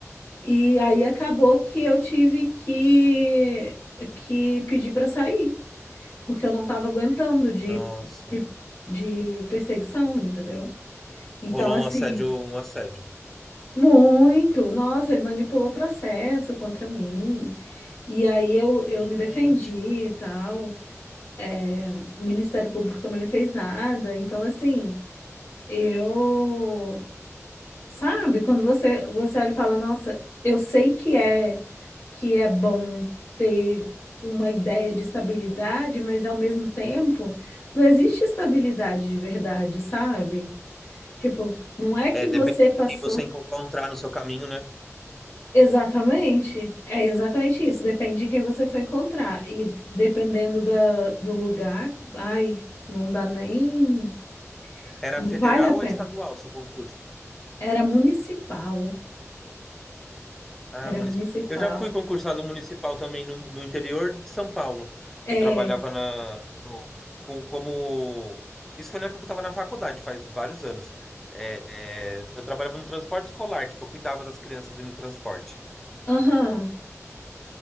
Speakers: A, on the left (about 50°); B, in the centre.
A: E aí acabou que eu tive que, que pedir para sair, porque eu não estava aguentando de,
B: Nossa,
A: de, de perseguição, entendeu? Então,
B: rolou
A: assim,
B: um assédio, um assédio.
A: muito, nossa, ele manipulou o processo contra mim. E aí eu, eu
B: Gente,
A: me defendi e tal. É, o Ministério Público também não fez nada. Então, assim, eu. Sabe, quando você, você olha e fala, nossa, eu sei que é, que é bom ter uma ideia de estabilidade, mas ao mesmo tempo, não existe estabilidade de verdade, sabe? Tipo, não é que
B: é, dependendo
A: você passou.
B: de quem você encontrar no seu caminho, né?
A: Exatamente, é exatamente isso. Depende de quem você for encontrar. E dependendo da, do lugar, ai, não dá nem.
B: Era
A: Não
B: federal
A: vale a pena.
B: ou estadual o seu concurso?
A: Era municipal.
B: Ah,
A: Era
B: municipal.
A: municipal.
B: Eu já fui concursado municipal também no, no interior de São Paulo.
A: É.
B: Eu trabalhava na, no- com- como. Isso foi na época que eu estava na faculdade, faz vários anos. É, é, eu trabalhava no transporte escolar, tipo, eu cuidava das crianças dentro do transporte.
A: Aham.